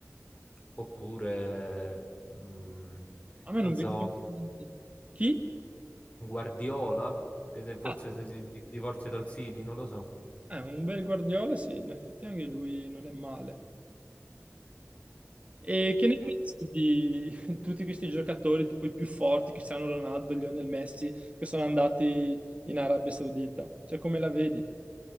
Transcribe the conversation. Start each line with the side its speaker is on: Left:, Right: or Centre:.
Left: Oppure, mm,
Right: A me
Left: non
Right: non viene
Left: so,
Right: in mente niente. Chi?
Left: Guardiola, che se- forse
Right: Ah,
Left: se si di- divorzia dal City, non lo so.
Right: eh, un bel Guardiola, sì, in effetti anche lui non è male. E che ne pensi di <laughs> tutti questi giocatori, tipo i più forti, Cristiano Ronaldo, Lionel Messi, che sono andati in Arabia Saudita? Cioè, come la vedi?